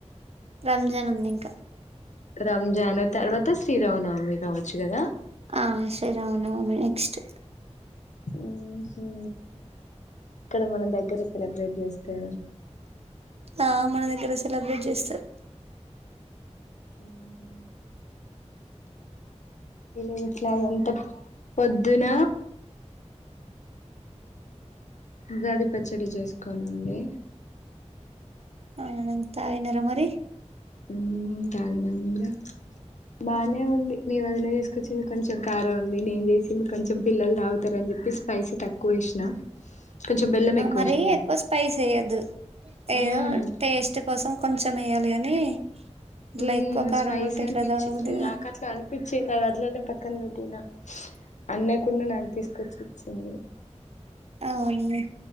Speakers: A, on the right; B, on the left.
A: రంజాన్ ఉంది ఇంకా
B: రంజాన్ తర్వాత శ్రీరామనవమి కావచ్చు కదా
A: ఆ సరే అవునవును నెక్స్ట్
B: ఉ ఉ ఇక్కడ మన దగ్గర సెలబ్రేట్ చేస్తా
A: ఆ మన దగ్గర సెలబ్రేట్ చేస్తారు
B: ఉహు ఇంట్ల అంత పొద్దున ఉగాది పచ్చడి చేసుకొని ఉండి
A: మేడం తాగినరా మరి
B: ఉమ్ తాగినం గా బానే ఉంది మీ వదినే చేసుకొచ్చింది కొంచెం కారం ఉంది నేను చేసింది కొంచెం పిల్లలు తాగుతారుని చెప్పి స్పైసీ తక్కువ వేసినా కొంచెం బెల్లం ఎక్కువ
A: మరి
B: వేసినా అన్నట్టు
A: ఎక్కువ స్పైస్ వేయద్దు
B: ఉమ్
A: ఏదో టేస్ట్ కోసం కొంచెం ఏయాలి గాని ఇట్లా
B: ఉ
A: ఎక్కువ కారం
B: స్పైసీ
A: ఉంటే ఇట్లా
B: అనిపించింది
A: తాగబుద్ది కాదు.
B: నాకు అట్లా అనిపించింది తర్వాత ఇట్లానిమ్ పక్కన వెట్టినా అన్నయ్య కూన్ను నాకు తీసుకొచ్చి ఇచ్చింది
A: అవును